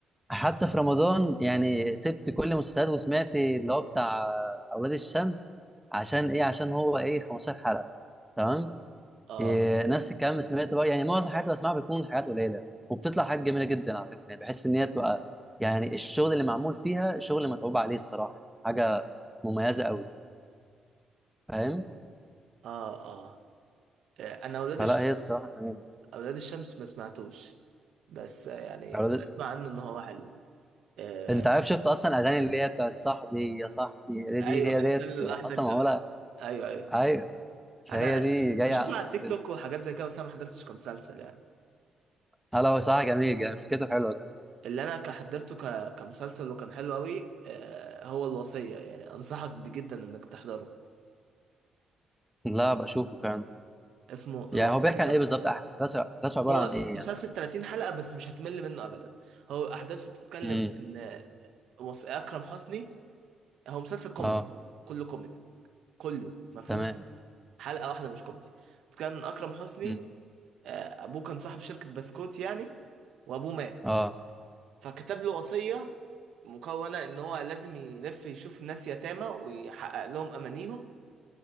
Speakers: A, in the centre; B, on the right.
A: حتى في رمضان يعني سبت كل المسلسلات وسمعت اللي هو بتاع اولاد الشمس عشان ايه عشان هو ايه 15 حلقه تمام
B: اه
A: إيه نفس الكلام سمعت بقى يعني معظم الحاجات اللي بسمعها بتكون حاجات قليله وبتطلع حاجات جميله جدا على فكره يعني بحس ان هي تبقى يعني الشغل اللي معمول فيها شغل متعوب عليه الصراحه حاجه مميزه قوي فاهم
B: اه اه آه، انا اولاد
A: فلا هي الصراحه جميله
B: اولاد الشمس ما سمعتوش بس آه، يعني
A: اولاد
B: اسمع عنه ان هو حلو آه
A: انت عارف شفت اصلا اغاني اللي هي بتاعت صاحبي يا صاحبي اللي
B: ايوه
A: دي هي
B: انت
A: ديت
B: اللي
A: اصلا
B: لوحدك ده.
A: معموله
B: ايوه ايوه
A: ايوه فهي
B: انا
A: دي جايه
B: بشوفه
A: اصلا
B: على التيك
A: في الفيلم
B: توك وحاجات زي كده بس انا ما حضرتش كمسلسل يعني
A: هلا هو صراحه جميل يعني فكرته حلوه كمان
B: اللي انا ك- حضرته ك... كمسلسل وكان حلو قوي آه هو الوصية يعني انصحك بجدا انك تحضره
A: لا بشوفه فعلا
B: اسمه
A: يعني
B: الوصية
A: هو بيحكي عن ايه بالظبط أح- احداثه احداثه عباره
B: هو
A: عن ايه
B: مسلسل
A: يعني
B: 30 حلقة بس مش هتمل منه ابدا هو احداثه بتتكلم
A: امم
B: ان آه، وص... اكرم حسني هو مسلسل كوميدي
A: اه
B: كله كوميدي كله ما فيهوش
A: تمام
B: حلقة واحدة مش كوميدي كان أكرم حسني
A: امم
B: آه، أبوه كان صاحب شركة بسكوت يعني وأبوه مات
A: اه
B: فكتب له وصية مكونة إن هو لازم يلف يشوف ناس يتامى ويحقق لهم أمانيهم